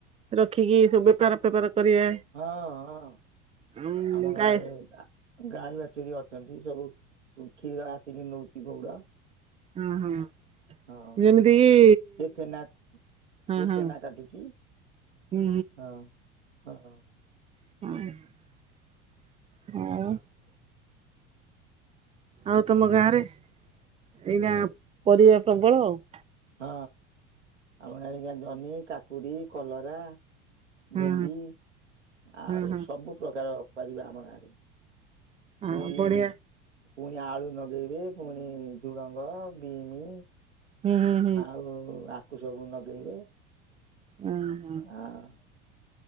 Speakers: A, on the right; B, on the right.
A: ରଖିକି ସବୁ ବେପାର ଫେପାର କରିବା
B: ହଁ ହଁ ହଁ
A: ଆଉ
B: ଆମ ଗାଁରେ
A: ଗାଈ
B: ଗାଈ ବାଛୁରୀ ଅଛନ୍ତି ସବୁ କ୍ଷୀର ଆସିକି ନଉଛି ଗୋଉଡ।
A: ହଁ ହଁ
B: ହଁ
A: ଯେମିତି କିି
B: ସେ ଛେନା- ସେ
A: ହଁ ହଁ
B: ଛେନା କାଟୁଚି।
A: ହୁଁ
B: ହଁ -ହଁ।
A: ହଁ- ଆଉ ଆଉ ତମ ଗାଁରେ ଏଇନା ପରିବା ପ୍ରବଳ ଆଉ।
B: ହଁ ଆମ ବାଇରେ ଜହ୍ନି, କାକୁଡି, କଲରା
A: ହଁ
B: ଭେଣ୍ଡି ଆଉ
A: ହଁ ହଁ ହଁ
B: ସବୁ ପ୍ରକାର ପରିବା ଆମ ଗାଁ ରେ।
A: ହଁ
B: ପୁଣି
A: ବଢିଆ
B: ପୁଣି ଆଳୁ ଲଗେଇବେ ପୁଣି ଝୁଡ଼ଙ୍ଗ, ବିମି
A: ହୁଁ ହୁଁ ହୁଁ
B: ଆଉ ଆକୁ ସବୁ ନଗେଇବେ।
A: ଅ ହ
B: ଆଉ।